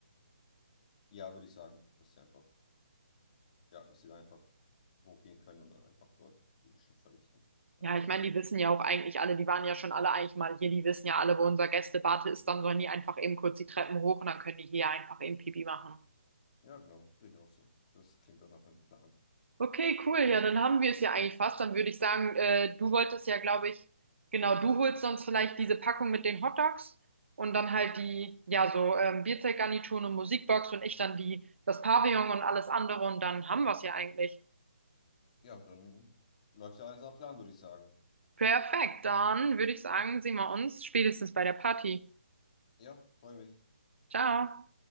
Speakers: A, on the left (about 35°); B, on the right (about 70°).
A: ja, würde ich sagen, dass sie einfach, ja, dass sie da einfach hochgehen können und dann einfach dort ihr Geschäft verrichten. Auf
B: Ja, ich
A: Gäste.
B: meine, die wissen ja auch eigentlich alle, die waren ja schon alle eigentlich mal hier, die wissen ja alle, wo unser Gästebad ist, dann sollen die einfach eben kurz die Treppen hoch und dann können die hier einfach eben Pipi machen.
A: Ja, genau, sehe ich auch so. Das klingt doch nach einem Plan.
B: Okay, cool, ja, dann haben wir es ja eigentlich fast. Dann würde ich sagen, äh, du wolltest ja, glaube ich, genau, du holst sonst vielleicht diese Packung mit den Hotdogs und dann halt die, ja, so ähm, Bierzeltgarnituren und Musikbox und ich dann die, das Pavillon und alles andere und dann haben wir es ja eigentlich.
A: Ja, dann läuft ja alles nach Plan, würde ich sagen.
B: Perfekt, dann würde ich sagen, sehen wir uns spätestens bei der Party.
A: Ja, freue mich.
B: Ciao.